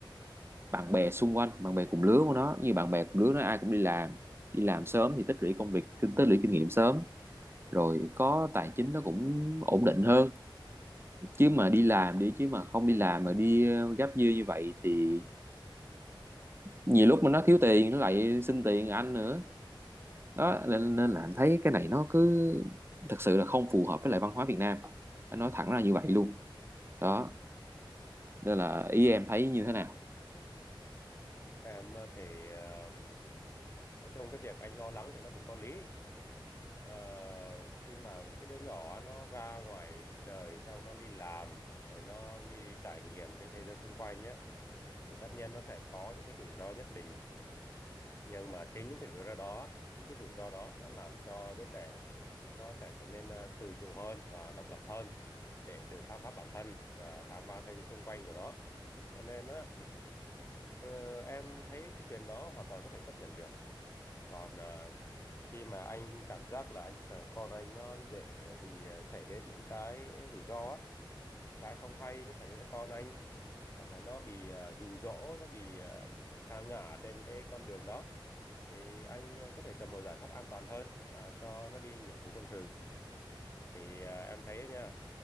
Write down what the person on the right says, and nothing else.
bạn bè xung quanh bạn bè cùng lứa của nó như bạn bè cùng lứa nó ai cũng đi làm đi làm sớm thì tích lũy công việc tích lũy kinh nghiệm sớm rồi có tài chính nó cũng ổn định hơn chứ mà đi làm đi chứ mà không đi làm mà đi ờ, gắp dưa như vậy thì nhiều lúc mà nó thiếu tiền nó lại xin tiền anh nữa đó nên, nên là anh thấy cái này nó cứ thật sự là không phù hợp với lại văn hóa Việt Nam anh nói thẳng ra như vậy luôn đó nên là ý em thấy như thế nào